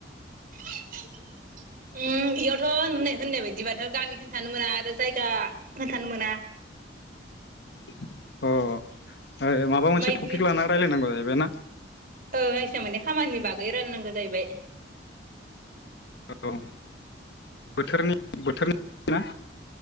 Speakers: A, on the right; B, on the left.
A: <inaudible> उम इयाव <unintelligible> होन होननाय बायदिबाथ' गामि खोनथानो मोना आरो जायगा खोनथानो मोना
B: <inaudible> अ ओ माबा
A: ओमफ्राय
B: मोनसे टपिक लानानै रायज्लायनांगौ जाहैबाय ना
A: औ जायखिया मोननाय खामानिनि बागै रायलायनांगौ जाहैबाय
B: औ बोथोरनि बोथोरनि ना?